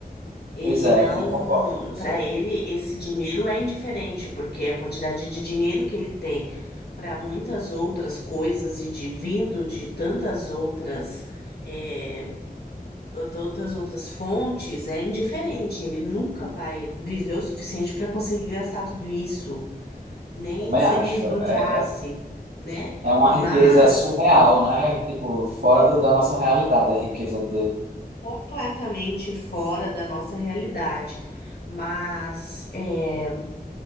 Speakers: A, on the left; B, on the right.
A: Ele
B: Pois é,
A: não,
B: também concordo com você.
A: para ele esse dinheiro é indiferente, porque a quantidade de dinheiro que ele tem para muitas outras coisas e de vindo de tantas outras eh, tantas outras fontes, é indiferente. Ele nunca vai viver o suficiente para conseguir gastar tudo isso, nem
B: Também
A: se
B: acho.
A: ele esbanjasse,
B: É, é,
A: né?
B: é uma
A: Mas
B: riqueza surreal, né? Tipo, fora do- da nossa realidade, a riqueza dele.
A: completamente fora da nossa realidade. Mas é,